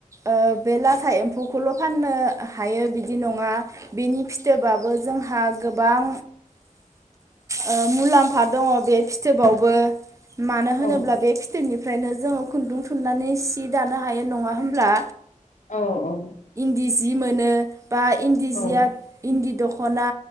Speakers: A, on the right; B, on the left.
A: ओ बे लाथा एम्फौ खौल' फाननो हायो बिदि नङा बेनि फिथोबाबो जोंहा गोबां ओ मुलाम्फा दङ बे फिथोबावबो मानो होनोब्ला
B: ओ
A: बे फिथोबनि ओफ्रायनो जोङो खुन्दुं थुननानै सि दानो हायो नङा होमब्ला
B: औ औ
A: न्दि जि मोनो बा इन्दिजिया
B: औ
A: इन्दि दख'ना